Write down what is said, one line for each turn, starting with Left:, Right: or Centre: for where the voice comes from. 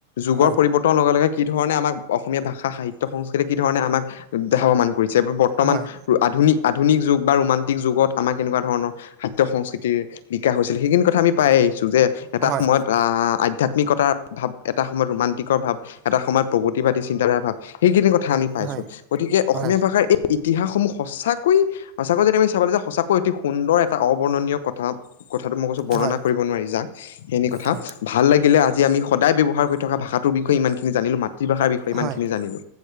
Left: যুগৰ
Right: হয়
Left: পৰিৱৰ তন লগে লগে কি ধৰণে আমাক অসমীয়া ভাষা, সাহিত্য, সংস্কৃতি কি ধৰণে আমাক উম সাৱমান কৰিছে, আমি ব তমান
Right: হয়
Left: আধুনিক আধুনিক যুগ বা ৰোমাণ্টিক যুগত আমাক কেনেকুৱা ধৰণৰ খাদ্য - সংস্কৃতিৰ বিকাশ হৈছিল সেইখিনি কথা আমি পাই আহিছো যে এটা
Right: হয়
Left: সময়ত আ আধ্যয়াত্মিকতাৰ ভাৱ, এটা সময়ত ৰোমানাটিকৰ ভাৱ, এটা সময়ত প্ৰগতিবাদী চি চিন্তাধাৰা ভাৱ সেইখিনি কথা আমি পাইছো
Right: হয়
Left: গতিকে অসমীয়া
Right: হয়
Left: ভাষাৰ এই ইতিহাসসমূহ সঁচাকৈ, সঁচাকৈ যদি আমি চাবলৈ যাওঁ সঁচাকৈ অতি সুন্দৰ এটা অৱৰ্ণনীয় কথা। কথাটো মই কৈছো বৰ্ণনা
Right: হয়
Left: কৰিব নোৱাৰি যাক <unintelligible> কথা।
Right: হয়
Left: ভাল লাগিলে আজি আমি সদায় ব্যৱহাৰ কৰি থকা ভাষাটো বিষয়ে ইমানখিনি জানিলো মাতৃভাষাৰ বিষ ইমানখিনি
Right: হয়
Left: জানিলো